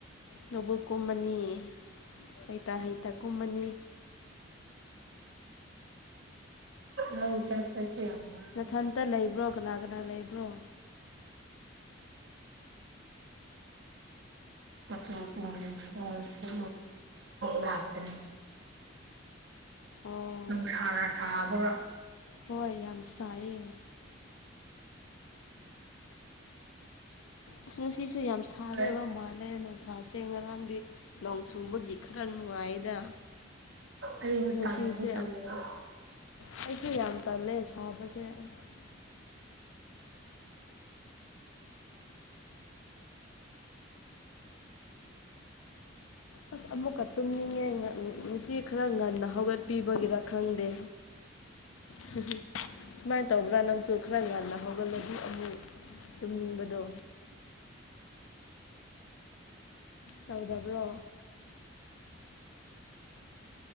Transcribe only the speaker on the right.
ꯂꯧ ꯆꯠꯄꯁꯤ ꯌꯥꯝꯨꯕꯔꯕ
ꯀꯆꯣꯟꯁꯤ ꯂꯥꯛꯀꯅꯤ
ꯅꯨꯡꯁꯥꯅꯥ ꯁꯥꯕꯔꯥ
ꯍꯣꯏ
ꯑ
ꯇꯗ ꯇꯂꯔ
<unintelligible>
<unintelligible>